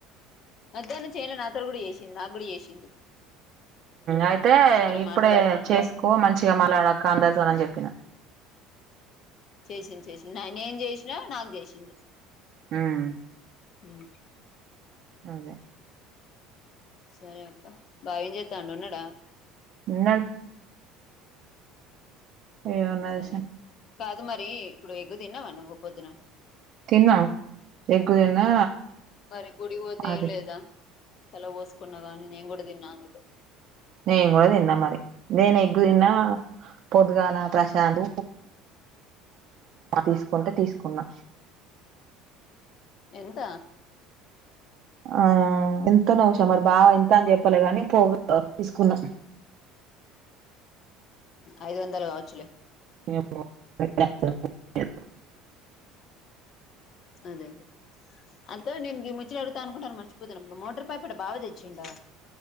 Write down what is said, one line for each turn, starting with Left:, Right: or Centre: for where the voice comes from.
Left: మధ్యాహ్నం చేనులో నాతోను చేసింది నాకూ కూడా చేసింది
Right: అయితే
Left: సరే
Right: ఇప్పుడే
Left: మాట్లాడతా అక్క
Right: చేసుకో మంచిగా మలాడక అందరితో అని చెప్పిన
Left: చేసింది చేసింది నేను చేసినా నాకు చేసింది
Right: హ్మ్మ్
Left: హ్మ్మ్
Right: అదే
Left: సరే అక్క బావ ఏం చేస్తానాడు ఉన్నాడా
Right: ఉండా ఏమున్నది
Left: సరే
Right: షా
Left: కాదు మరి ఇప్పుడు ఎగు తిన్నావా నువ్వు పొద్దున
Right: తిన్నాం ఎగ్గు తిన్నా
Left: సరే గుడి పోతే
Right: అది
Left: ఏం లేదా చల పోసుకున్నా గానీ నేను కూడా తిన్నా అందుకు
Right: నేను కూడా తిన్నా మరి నేను ఎగ్గు తిన్నా పొద్దుగాల ప్రశాంత్ తీసుకుంటే తీసుకున్నా
Left: ఎంత
Right: ఆ ఎంతోనసా మరి బావ ఎంత అని చెప్పలేి గాని పోగా తీసుకున్నాం
Left: ఐదు వందలు కావచ్చులే
Right: ఏమో నాకు తెలవదు
Left: అదే అంతతే నేను ఇ ముచ్చిలు అడుతా అనుకుంట మర్చిపోతున్నాను మోటార్ పైప అ బావ తెచ్చిండా